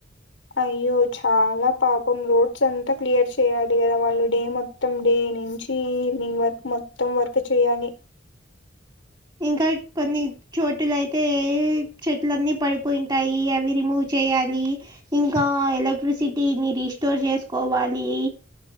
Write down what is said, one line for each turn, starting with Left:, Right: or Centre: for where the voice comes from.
Left: అయ్యో చాలా పాపం రోడ్స్ అంతా క్లియర్ చేయాలి కదా వాళ్ళు డే మొ త్తం డే నుంచి ఈవినింగ్ వర్క్ మొత్తం వర్క్ చేయాలి
Right: ఇంకా కొన్ని చోటుల అయితే చెట్లన్నీ పడిపోయి వుంటాయి అవి రిమూవ్ చేయాలి ఇంకా ఎలక్ట్రిసిటీని రీస్టోర్ చేసుకోవాలి